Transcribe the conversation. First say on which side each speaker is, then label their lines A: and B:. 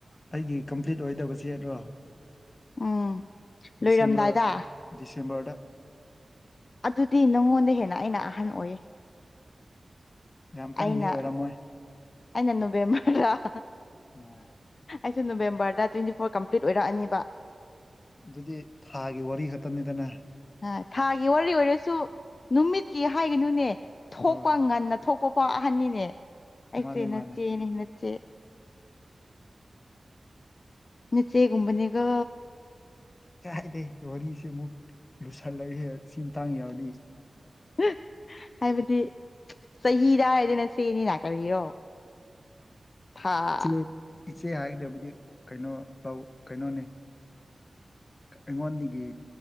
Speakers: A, on the left; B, on the left.
A: ꯑꯩꯒꯤ ꯀꯝꯄꯂꯤꯠ ꯑꯣꯏꯗꯕꯁꯦꯔꯣ
B: ꯎꯝ ꯂꯣꯏꯔꯝꯗꯥꯏꯗ
A: ꯗꯤꯁꯦꯝꯕꯔ ꯗꯤꯁꯦꯝꯕꯔꯗ
B: ꯑꯗꯨꯗꯤ ꯅꯪꯉꯣꯟꯗꯩ ꯍꯦꯟꯅ ꯑꯩꯅ ꯑꯍꯟ ꯑꯣꯏꯌꯦ
A: ꯌꯥꯝ ꯀꯟꯗꯤ
B: ꯑꯩꯅ
A: ꯑꯣꯏꯔꯝꯃꯣꯏ
B: ꯑꯩꯅ ꯅꯣꯕꯦꯝꯕꯔꯗ
A: ꯑꯣ
B: ꯑꯩꯁꯨ ꯅꯣꯕꯦꯝꯕꯔꯗ ꯇꯀꯏꯋꯦꯟꯇꯤ ꯐꯣꯔ ꯀꯝꯄꯂꯤꯠ ꯑꯣꯏꯔꯛꯑꯅꯤꯕ
A: ꯑꯗꯨꯗꯤ ꯊꯥꯒꯤ ꯋꯥꯔꯤ ꯈꯛꯇꯅꯤꯗꯅ
B: ꯑꯥ ꯊꯥꯒꯤ ꯋꯥꯔꯤ ꯑꯣꯏꯔꯁꯨ ꯅꯨꯃꯤꯠꯀꯤ ꯍꯥꯏꯒꯅꯨꯅꯦ ꯊꯣꯛꯄ
A: ꯍꯣꯏ ꯍꯣꯏ
B: ꯉꯟꯅ ꯊꯣꯛꯄꯐꯥꯎ ꯑꯍꯟꯅꯤꯅꯦ ꯑꯩꯁꯦ
A: ꯃꯥꯅꯦ
B: ꯅꯠꯆꯦꯅꯦ
A: ꯃꯥꯅꯦ
B: ꯅꯠꯆꯦ ꯅꯠꯆꯦꯒꯨꯝꯕꯅꯤꯒꯣ
A: ꯀꯥꯏꯗꯩ ꯋꯥꯔꯤꯁꯦ ꯑꯃꯨꯛ ꯂꯨꯁꯜꯂꯛꯏꯍꯦ ꯁꯤꯃꯇꯥꯡ ꯌꯧꯔꯗꯤ
B: <unintelligible> ꯍꯥꯏꯕꯗꯤ ꯆꯍꯤꯗ ꯍꯥꯏꯔꯗꯅ ꯁꯤꯅꯤꯅ ꯀꯔꯤꯔꯣ ꯊꯥ
A: ꯏꯆꯦ ꯏꯆꯦ ꯍꯥꯏꯒꯗꯕꯗꯤ ꯀꯩꯅꯣ ꯇꯧ ꯀꯩꯅꯣꯅꯦ ꯑꯩꯉꯣꯟꯗꯒꯤ